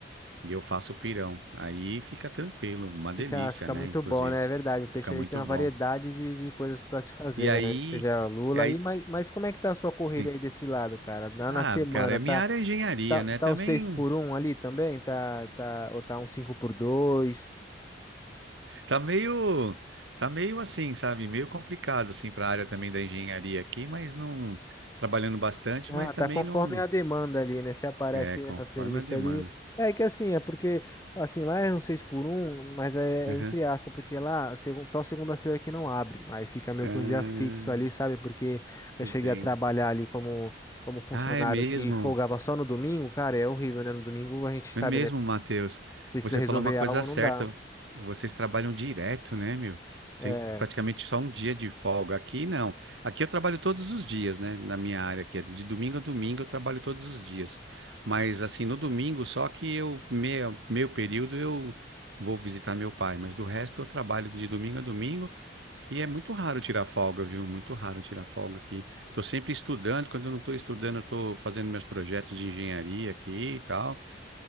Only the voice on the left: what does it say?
Fica,
fica
muito
bom, né? É verdade. O peixe
ele
tem uma
variedade de, de coisas para se fazer,
né? Seja lula
e mas, mas como é que tá a sua correria
aí desse lado, cara? Na,
na semana,
tá,
tá,
tá
o 6 por um ali também? Tá, tá, ou tá um 5 por 2?
Ah,
tá conforme
a demanda ali, né? Se aparece,
né, o serviço
ali. É que assim, é porque, assim, lá é um 6 por um, mas é,
é entre aspas, porque lá segun- só segunda-feira que não abre. Aí fica meio
que um dia fixo ali, sabe? Porque já
cheguei a trabalhar ali como, como funcionário
que folgava só no domingo, cara, é horrível, né? No domingo a gente
sabe,
né?
Precisa
resolver
algo,
não dá.
É,